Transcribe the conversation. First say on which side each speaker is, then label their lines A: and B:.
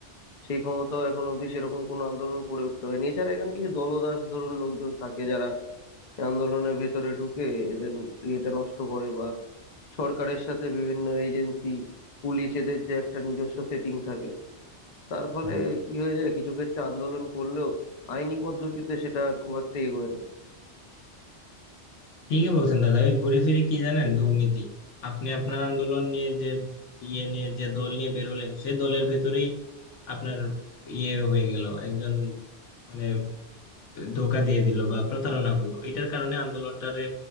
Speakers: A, on the left; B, on the left.
A: সেই ক্ষমতাও এখন অবধি সেরকম কোনো আন্দোলন করে উঠতে হয়নি এছাড়া এখানে কিছু দলদাস ধরুন লোকজন থাকে যারা আন্দোলনের ভেতরে ঢুকে এদের ইয়েটা নষ্ট করে বা সরকারের সাথে বিভিন্ন এজেন্সি পুলিশ এদের যে একটা নিজস্ব সেটিং থাকে তার ফলে
B: হম,
A: কি হয়ে যায় কিছু ক্ষেত্রে আন্দোলন করলেও আইনি পদ্ধতিতে সেটা আর খুব একটা এগোয় না
B: ঠিকই বলছেন দাদা ওই ঘুরে ফিরে কি জানেন দুর্নীতি আপনি আপনার আন্দোলন নিয়ে যে ইয়ে নিয়ে যে দল নিয়ে বেরোলেন সেই দলের ভেতরেই আপনার ইয়ে হয়ে গেল একজন মানে ধোকা দিয়ে দিল বা প্রতারণা করলো এটার কারণে আন্দোলনটারে